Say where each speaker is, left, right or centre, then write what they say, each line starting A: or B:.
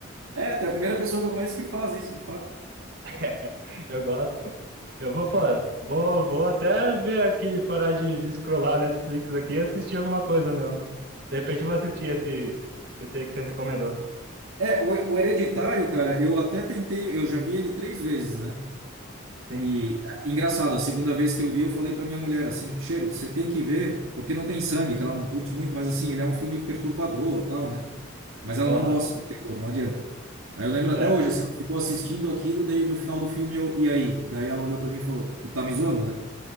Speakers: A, on the right; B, on the right.
A: É, tu é a primeira pessoa que eu conheço que faz isso, de fato.
B: <laughs> Eu gosto, pô. Eu vou, pô, vou, vou até ver aqui, parar de, de scrollar Netflix aqui e assistir alguma coisa mesmo. De repente eu vou assistir esse, esse aí que você recomendou.
A: É, o, o Hereditário, cara, eu até tentei, eu já vi ele três vezes, né?
B: Sim,
A: E engraçado, a segunda vez que eu vi, eu falei pra minha mulher assim, Cheiro, você tem que ver, porque não tem sangue, que ela não curte muito, mas assim, ele é um filme perturbador, tal, né? Mas ela
B: aham.
A: não gosta de terror, não adianta. Aí eu lembro
B: Tá.
A: até hoje, assim, ela ficou assistindo aquilo, daí no final do filme eu, e aí? Daí ela olhou pra mim e falou, tu tá me zoando, né?